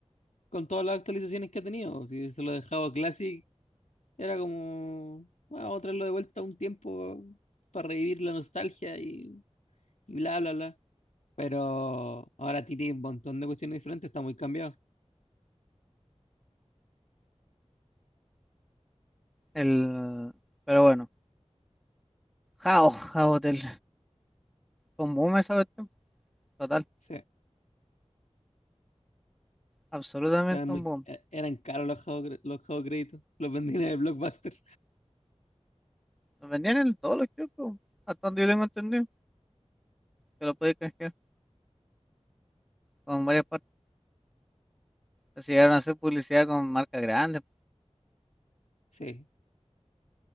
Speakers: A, on the left (about 85°); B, in the centre.
A: con todas las actualizaciones que ha tenido. Si se lo dejaba Classic, era como, "Bueno, vamos a traerlo de vuelta un tiempo para revivir la nostalgia y, y bla, bla, bla. Pero ahora tiene un montón de cuestiones diferentes, está muy cambiado.
B: El, pero bueno, jao, jao del, un boom esa cuestión, total,
A: Sí.
B: absolutamente
A: Eran, muy,
B: un boom.
A: eh, eran caros los juegos, cre- los juegos créditos, los vendían en el Blockbuster.
B: Lo vendían en todos los kioscos, hasta donde yo tengo entendido, que lo podéis canjear con varias partes. Así llegaron a hacer publicidad con marcas grandes,
A: Sí.